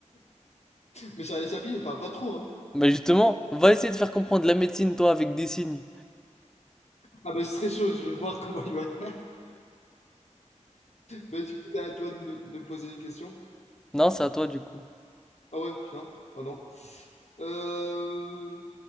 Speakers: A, on the left (about 60°); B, in the centre.
A: Mais ça, les applis, elle parle pas trop, hein.
B: Mais justement, va essayer de faire comprendre la médecine, toi, avec des signes.
A: Ah, bah, c'est très chaud, je vais voir <laughs> comment il va. <laughs> Bah, du coup, c'est à toi de, de me poser une question.
B: Non, c'est à toi, du coup.
A: Ah, ouais, putain, ah non. Euh.